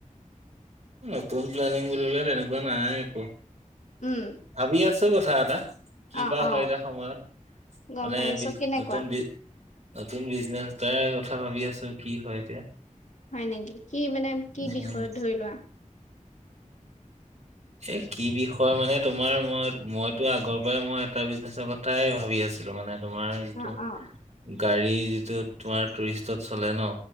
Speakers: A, on the right; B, on the left.
A: নতুন প্লেনিং বুলিলে তেনেকুৱা নাই একো।
B: উম,
A: ভাবি আছো কথা আটা। কি
B: অ'
A: বা হয়
B: অ'
A: এতিয়া সময়ত
B: গম
A: মানে
B: পাইছো
A: বি
B: কেনেকুৱা
A: নতুন বি নতুন বিজনেছ এটাৰ কথা ভাবি আছো কি হয় এতিয়া।
B: হয়, নেকি কি মানে কি
A: উম
B: বিষয়ত ধৰি লোৱা।
A: এ, কি বিষয় মানে তোমাৰ মই, মইতো আগৰ পৰাই মই এটা বিজনেচৰ কথাই ভাবি আছিলো মানে। তোমাৰ যিটো
B: অ' অ'
A: গাড়ী যিটো তোমাৰ টুৰিষ্টত চলে ন।